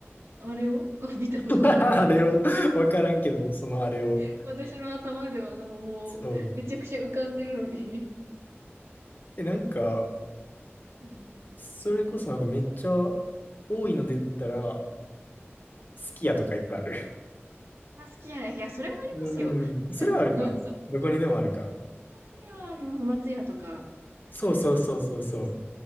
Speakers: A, on the right (about 70°); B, on the left (about 45°).
A: あれを <laughs> 見たことない。
B: <laughs> あれを、わからんけど、そのあれを。
A: <laughs> 私の頭では、でももう、
B: そう。
A: めちゃくちゃ浮かんでるのに。
B: え、なんか、
A: うん
B: それこそなんかめっちゃ多いので言ったら、すき家とかいっぱいある。
A: まあ、好きやね。いや、それはありますよ。
B: うん。
A: <laughs>
B: それはあるか。どこにでもあるか。
A: それはあります。松屋とか。
B: そうそうそうそうそう。
A: いや、い